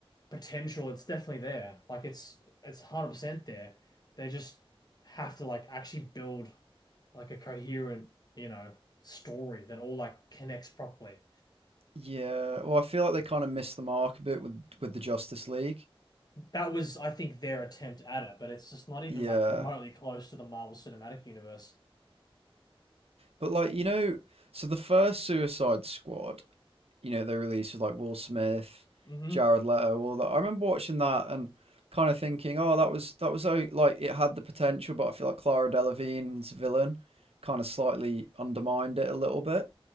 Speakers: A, on the left; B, on the right.
A: potential, it's definitely there. Like it's it's 100% there. They just have to like actually build like a coherent, you know, story that all like connects properly.
B: Yeah, well, I feel like they kind of missed the mark a bit with with the Justice League.
A: That was, I think, their attempt at it, but it's just not even
B: Yeah,
A: like remotely close to the Marvel Cinematic Universe.
B: but like you know, so the first Suicide Squad, you know, they released with like Will Smith,
A: hmm
B: Jared Leto, all that. I remember watching that and kind of thinking, oh, that was that was so like it had the potential, but I feel like Clara Delevingne's villain kind of slightly undermined it a little bit.